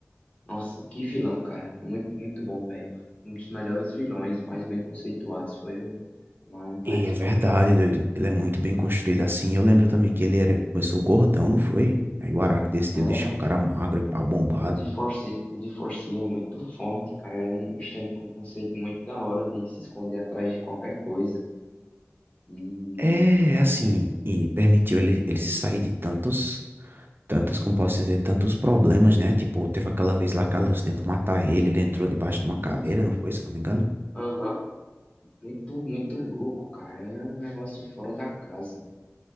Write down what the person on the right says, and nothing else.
E é verdade,
doido. Ele é muito bem construído assim. Eu lembro também que ele era, começou gordão, não foi?
Aí o Araki decidiu
deixar o cara magro e pá, bombado.
É, é
assim, e permitiu ele, ele se sair de tantos, tantos, como posso dizer, tantos problemas, né? Tipo, teve aquela vez lá que a Lucy tentou matar ele, ele entrou debaixo de uma
cadeira, não foi? Se não me engano.